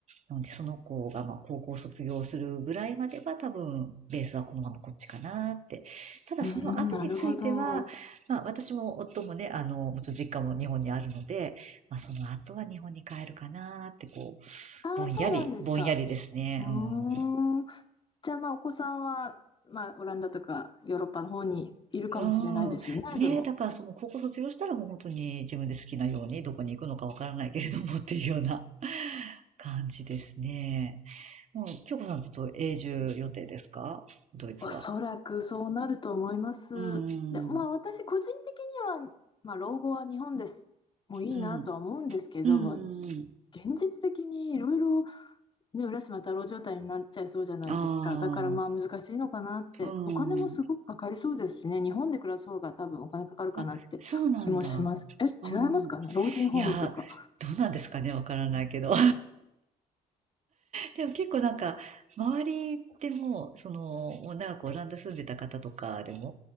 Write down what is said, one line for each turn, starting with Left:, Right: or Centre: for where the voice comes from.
Right: なので、その子が、まあ、高校卒業するぐらいまでは、多分、ベースはこのままこっちかなって。ただ、
Left: うん、
Right: その後については、
Left: なるほど。
Right: まあ、私も夫もね、あの、もちろん実家も日本にあるので、まあ、その後は日本に帰るかなって、こう、
Left: ああ、
Right: ぼんやり、
Left: そうなんですか。
Right: ぼんやりですね。
Left: うー
Right: うん。
Left: ん、じゃあ、まあ、お子さんは、まあ、オランダとかヨーロッパの方にいるかもしれないですよね、
Right: うん。ね、
Left: でも。
Right: だからその高校卒業したらもう本当に自分で好きなようにどこに行くのかわからないけれどもっていうような <laughs> 感じですね。もう、京子さんずっと永住予定ですかドイツは。
Left: おそらくそうなると思います。
Right: うん。
Left: で、まあ、私、個人的には、まあ、老後は日本です。もういいなとは思うんですけども、
Right: うん。うん。うん
Left: 現実的にいろいろ、ね、浦島太郎状態になっちゃいそうじゃないですか。
Right: あ
Left: だから、まあ、難しいのかなって、
Right: あ、うん。
Left: お金もすごくかかりそうですしね、日本で暮らす方が多分お金かかるかなって気もします。
Right: あ、そうなんだ。
Left: え、
Right: うん。
Left: 違いますかね、老人ホームとか。
Right: いやー、どうなんですかね、わからないけど。でも結構なんか、周りでも、その、もう長くオランダ住んでた方とかでも、